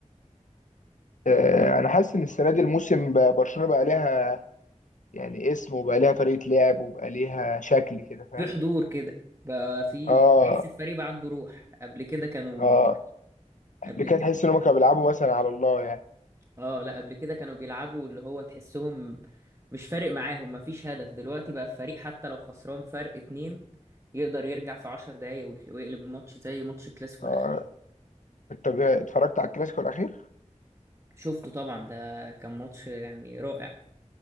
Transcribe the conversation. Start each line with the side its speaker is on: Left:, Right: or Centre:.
Left: آه، انا حاسس ان السنه دي الموسم بقى- برشلونه بقى ليها يعني اسم وبقى ليها طريقه لعب وبقى ليها شكل كده فاهم
Right: في حضور كده بقى في
Left: اه
Right: تحس الفريق بقى عنده روح قبل كده كانوا
Left: اه قبل
Right: قبل
Left: كده تحس
Right: كده
Left: ان هم كانوا بيلعبوا مثلا على الله يعني
Right: اه لا قبل كده كانوا بيلعبوا اللي هو تحسهم مش فارق معاهم مفيش هدف دلوقتي بقى الفريق حتى لو خسران فرق اتنين يقدر يرجع في عشر دقايق ويخ- ويقلب الماتش زي ماتش الكلاسيكو
Left: اه
Right: الأخير
Left: انت ب- اتفرجت على الكلاسيكو الاخير
Right: شفته طبعا ده كان ماتش يعني رائع